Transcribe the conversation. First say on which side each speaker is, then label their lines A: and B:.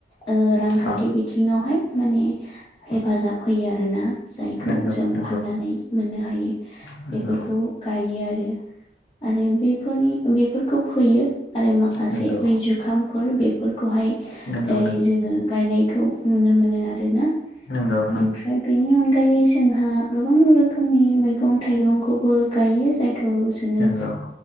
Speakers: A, on the left; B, on the left.
A: ओ रां रांखान्थि
B: औ
A: बिथिङावहाय माने हेफाजाब होयो आरोना जायखौ
B: नंगौ
A: जों
B: नंगौ
A: फाननानै मोननो हायो
B: नंगौ
A: बेफोरखौ गायो आरो आरो बे नि बेफोरखौ फैयो आरो माखासे
B: नंगौ
A: बै जुखामफोर बेफोरखौहाय
B: नंगौ
A: ओमफ्राय जोङो गायनायखौ नुनो मोनो आरोना
B: नंगौ नंगौ
A: ओमफ्राय बेनि अनगायै जोंहा गोबां रोखोम रोखोमनि मैगं थाइगंखौबो गायो जायखौ जोंङो
B: नंगौ